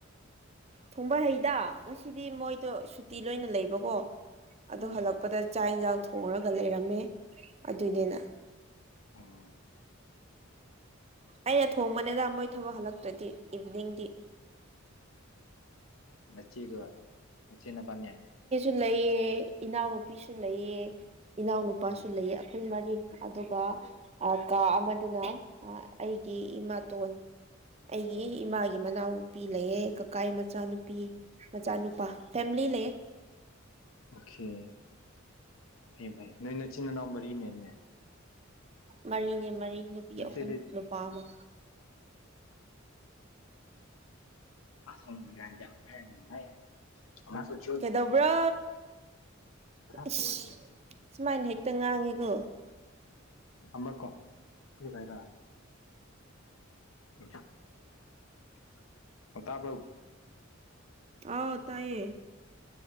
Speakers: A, on the right; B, on the left.
A: ꯊꯣꯡꯕ ꯍꯩꯗ ꯉꯁꯤꯗꯤ ꯃꯣꯏꯗꯣ ꯁꯨꯇꯤ ꯂꯣꯏꯅ ꯂꯩꯕꯀꯣ ꯑꯗꯣ
B: ꯎꯝ
A: ꯍꯜꯂꯛꯄꯗ ꯆꯥꯛ ꯏꯟꯁꯥꯡ ꯊꯣꯡꯉꯒ ꯂꯩꯔꯝꯃꯦ ꯑꯗꯨꯅꯤꯅ
B: ꯑꯣ
A: ꯑꯩꯅ ꯊꯣꯡꯕꯅꯤꯗ ꯃꯣꯏ ꯊꯕꯛ ꯍꯜꯂꯛꯇ꯭ꯔꯗꯤ ꯏꯚꯤꯅꯤꯡꯗꯤ
B: ꯆꯤꯒꯆꯅꯕꯅꯤ
A: ꯂꯩꯑ ꯏꯅꯥꯎꯅꯨꯄꯤꯁꯨ ꯂꯩꯑ ꯏꯅꯥꯎꯅꯨꯄꯥꯁꯨ
B: ꯎꯝ
A: ꯂꯩꯑ ꯑꯩꯈꯣꯏ ꯃꯔꯤ ꯑꯗꯨꯒ ꯀꯥ ꯑꯃꯗꯨꯅ ꯑꯩꯒꯤ ꯏꯃꯥꯇꯣꯟ ꯑꯩꯒꯤ
B: ꯑꯣ
A: ꯏꯃꯥꯒꯤ ꯃꯅꯥꯎꯅꯨꯄꯤ ꯂꯩꯌꯦ ꯀꯀꯥꯒꯤ ꯃꯆꯥꯅꯨꯄꯤ ꯃꯆꯥ ꯅꯨꯄꯥ ꯐꯦꯃꯤꯂꯤ ꯂꯩ
B: ꯑꯣꯀꯦ ꯐꯌꯦ ꯐꯩ ꯅꯣꯏ ꯅꯆꯤꯟꯜ ꯏꯅꯥꯎ ꯃꯔꯤꯅꯦꯅꯦ
A: ꯃꯔꯤꯅꯦ ꯃꯔꯤ ꯅꯨꯄꯤ
B: ꯅꯆꯦꯗꯤ
A: ꯑꯍꯨꯝ ꯅꯨꯄꯥ ꯑꯃ
B: ꯑꯁꯔꯖ ꯃꯅ <unintelligible> ꯃꯥ ꯁꯣꯁ
A: ꯀꯩꯗꯧꯕ꯭ꯔꯣ ꯏꯁ
B: ꯈ <unintelligible> <inaudible>
A: ꯁꯨꯃꯥꯏꯅ ꯍꯦꯛꯇ ꯉꯥꯡꯉꯤꯀꯣ
B: ꯈꯔ ꯀꯣ <inaudible> ꯔ <unintelligible> <inaudible> ꯇꯕꯔꯣ
A: ꯑꯥꯎ ꯇꯥꯏꯌꯦ